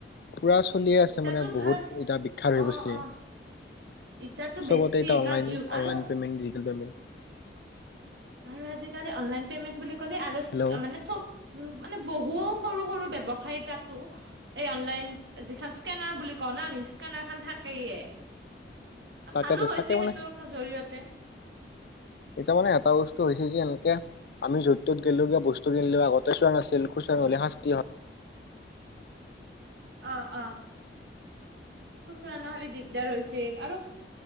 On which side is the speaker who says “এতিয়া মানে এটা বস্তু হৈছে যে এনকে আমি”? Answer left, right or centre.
Left